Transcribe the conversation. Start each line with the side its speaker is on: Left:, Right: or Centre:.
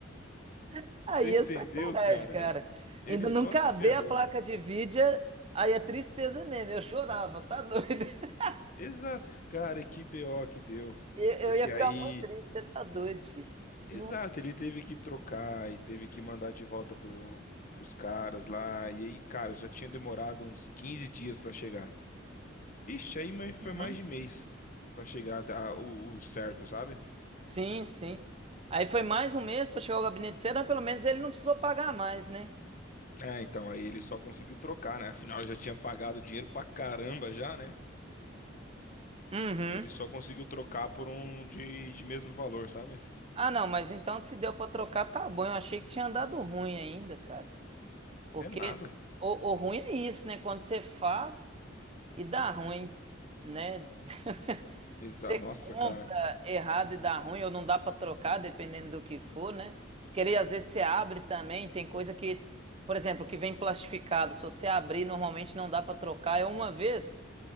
Right: <laughs> Aí
Left: Você entendeu,
Right: é sacanagem,
Left: cara?
Right: cara.
Left: Ele
Right: Ainda
Left: só
Right: não caber
Left: se ferrou.
Right: a placa de vídeo, é- aí é tristeza mesmo. Eu chorava, tá doido. <laughs>
Left: Exato. Cara, que BO que deu.
Right: Eu,
Left: Porque
Right: eu ia ficar
Left: aí,
Right: muito triste, você tá doido, filho.
Left: exato,
Right: Não.
Left: ele teve que trocar e teve que mandar de volta pro, pros caras lá. E aí, cara, já tinha demorado uns 15 dias pra chegar. Ixi, aí mas foi
Right: uhum.
Left: mais de mês pra chegar até a- o, o certo, sabe?
Right: Sim, sim. Aí foi mais um mês pra chegar ao gabinete cedo, mas pelo menos ele não precisou pagar mais, né?
Left: É, então, aí ele só conseguiu trocar, né? Afinal, eu já tinha pagado dinheiro pra caramba já, né?
Right: Uhum.
Left: Aí ele só conseguiu trocar por um de, de mesmo valor, sabe?
Right: Ah, não, mas então se deu pra trocar, tá bom. Eu achei que tinha dado ruim ainda, cara. Porque
Left: É nada.
Right: o, o ruim é isso, né? Quando você faz e dá ruim, né? <laughs>
Left: Exa nossa,
Right: Compra
Left: cara.
Right: errado e dá ruim, ou não dá pra trocar, dependendo do que for, né? Porque ele, às vezes você abre também, tem coisa que, por exemplo, que vem plastificado. Se você abrir, normalmente não dá pra trocar. Eu uma vez